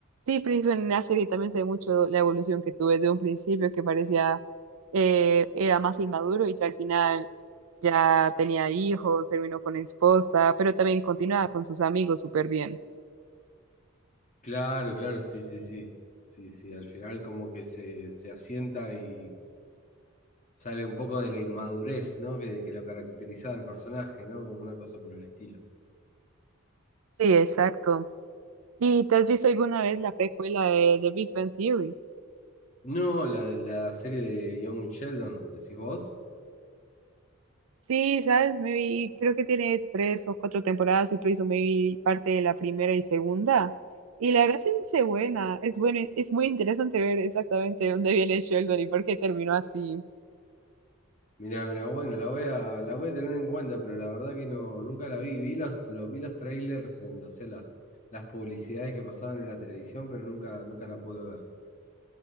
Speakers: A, on the right (about 85°); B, on the left (about 35°).
A: sí, preciso en la serie también se ve mucho la evolución que tuve desde un principio, que parecía, eh, era más inmaduro y ya al final ya tenía hijos, se vino con esposa, pero también continuaba con sus amigos súper bien.
B: Claro, claro, sí, sí, sí. Sí, sí, al final como que se, se asienta y sale un poco de la inmadurez, ¿no? Que, que lo caracterizaba al personaje, ¿no? Como una cosa por el estilo.
A: Sí, exacto. ¿Y te has visto alguna vez la precuela de, de Big Bang Theory?
B: No, la, de- la serie de Young Sheldon, decís vos.
A: Sí, sabes, me vi, creo que tiene tres o cuatro temporadas y por eso me vi parte de la primera y segunda. Y la verdad es que es buena, es bueno, es muy interesante ver exactamente dónde viene Sheldon y por qué terminó así.
B: Mirá, mirá, bueno, la voy a, la voy a tener en cuenta, pero la verdad que no, nunca la vi. Vi los, los- vi los trailers en, o sea, las, las publicidades que pasaban en la televisión, pero nunca, nunca la pude ver.